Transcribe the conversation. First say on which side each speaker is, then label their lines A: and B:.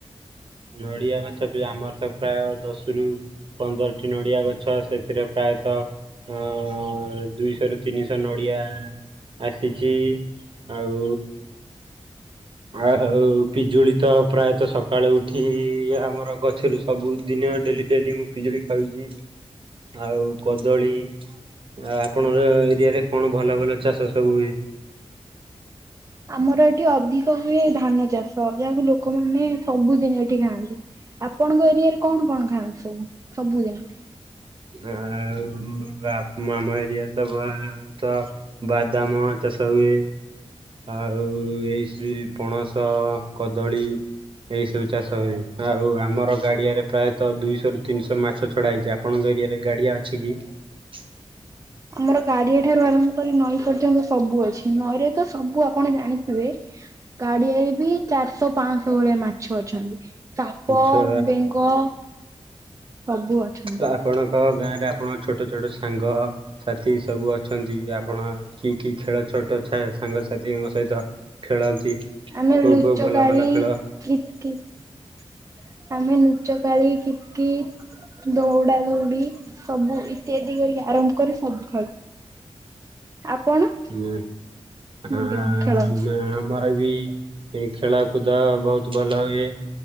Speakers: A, on the right (about 50°); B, on the right (about 30°).
A: ନଡ଼ିଆ ଗଛ ଆମର ତ ପ୍ରାୟ ଦଶ ରୁ ପନ୍ଦରଟି ନଡିଆ ଗଛ ସେଥିରେ ପ୍ରାୟତଃ ହ ଦୁଇଶହ ର ତିନିଶହ ନଡ଼ିଆ। ଆସିଛି ଆଉ। ଆଉ ପିଜୁଳି ତ ପ୍ରାୟତଃ ସକାଳୁ କିଏ ଆମର ଗଛରୁ ସବୁଦିନ ଡେଲି ଡେଲି ମୁଁ ପିଜୁଳି ଖାଉଛି। ଆଉ କଦଳୀ ଆପଣଙ୍କ ଏରିଆ ରେ କଣ ଭଲ ଭଲ ଚାଷ ସବୁ ହୁଏ?
B: ଆମର ଏଠି ଅଧିକ ହୁଏ ଧାନ ଚାଷ ଯାହାକୁ ଲୋକମାନେ ସବୁଦିନ ଏଠି ଖାଆନ୍ତି। ଆପଣଙ୍କ ଏରିଆରେ କଣ କଣ ଖାନ୍ତି ସବୁ ସବୁଦିନ?
A: ଆଉ ବାଆମ ଏରିଆରେ ତ ବହୁତ ବାଦାମ ଚାଷ ହୁଏ। ଆଉ ଏଇ ଶ୍ରୀ ପଣସ କଦଳୀ ଏଇ ସବୁ ଚାଷ ହୁଏ ଆଉ ଆମର ଗାଡିଆରେ ପ୍ରାୟତଃ ଦୁଇଶହ ରୁ ତିନିଶହ ମାଛ ଛଡା ହେଇଛି। ଆପଣଙ୍କ ଏରିଆରେ ଗାଡିଆ ଅଛି କି? <unintelligible>
B: ଆମର ଗାଡିଆ ଠାରୁ ଆରମ୍ଭ କରି ନଈ ପର୍ଯ୍ୟନ୍ତ ସବୁ ଅଛି ନଈରେ ତ ସବୁ ଆପଣ ଜାଣିଥିବେ ଗାଡିଆରେ ବି ଚାରିଶହ ପାଞ୍ଚଶହ ଭଳିଆ ମାଛ ଅଛନ୍ତି। ସାପ
A: ଛ
B: ବେଙ୍ଗ ସବୁ ଅଛନ୍ତି।
A: ଆପଣଙ୍କ ଗାଁ ରେ ଆପଣଙ୍କ ଛୋଟ ଛୋଟ ସାଙ୍ଗ ସାଥି ସବୁ ଅଛନ୍ତି ଆପଣ କିକି ଖେଳ ଛୋଟ ସାଙ୍ଗସାଥିଙ୍କ ସହିତ ଖେଳନ୍ତି।
B: ଆମେ
A: କୋଉ
B: ଲୁଚକାଳି
A: କୋଉ ଭଲ ଭଲ ଖେଳ
B: କିତିକତିଆମେ ନୁଚକାଳି କିିତକିତ ଦୌ ଧାଦେଉଡି ସବୁ ଇତ୍ୟାଦି ଆରମ୍ଭ କରି ସବୁ ଖେଳୁ। ଆପଣ?
A: ନେ
B: କେମିତି
A: ଆମେ
B: କଣ ଖେଳନ୍ତି?
A: ଆମର ବି ଏଇ ଖେଳ କୁଦ ବହୁତ ଭଲ ହୁଏ।